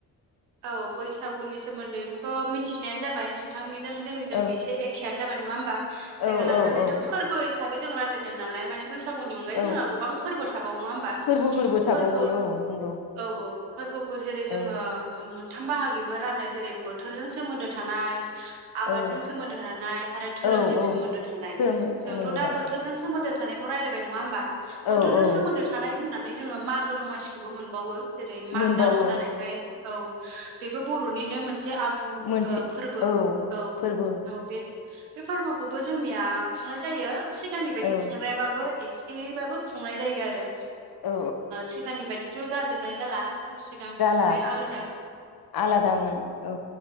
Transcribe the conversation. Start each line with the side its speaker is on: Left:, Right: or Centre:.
Right: औ बैसागुनि सोमोन्दैथ'थ' मिथिनायानो जाबाय नोंथांनिजों जोंनिजों
Left: औ
Right: एसे ए एखेयानो जाबाय नङा होमबा। जायगा
Left: औ
Right: लानानै
Left: औ
Right: दा फोरबो हिसाबै जों राय्लायदों नालाय माने बैसागुनि अनगायै
Left: औ
Right: जोंहा गोबां फोरबो थाबावो नङा होमबा?
Left: फोरबोफोरबो थाबावो
Right: फोरबो
Left: औ नंगौ।
Right: औ औ फोरबोखौ जेरै जोङो
Left: औ
Right: मोनथाम बाहागिबो रानो जेरै बोथोरजों सोमोन्दो थानाय आबादजों
Left: औ
Right: सोमोन्दो थानाय आरो धोरोमजों
Left: औ औ
Right: सोमोन्दो थानाय।
Left: धोरोम
Right: जोंथ'
Left: नंगौ
Right: दा बोथोरजों सोमोन्दो थानायखौ राय्लायबाय नङा? होमबा बोथोरजों
Left: औ औ
Right: सोमोनदो थानाय होननानै जोङो मागो दमासिखौबो मोनबावो जेरै मागो
Left: मोनबावो
Right: दानाव जानायखाय औ बेबो बर'निनो मोनसे आगु
Left: मोनसे
Right: फोरबो
Left: औ
Right: औ
Left: फोरबो
Right: औ बे बे फोरबोखौबो जोंनिया खुंनाय जायो सिगांनि बायदि
Left: औ
Right: खुंग्रायाबाबो एसेबाबो खुंनाय जायो आरो
Left: औ
Right: सिगांनि बायदिथ' जाजोबनाय जाला सिगांनि
Left: जाला
Right: खुंनाया आला
Left: आलादामोन औ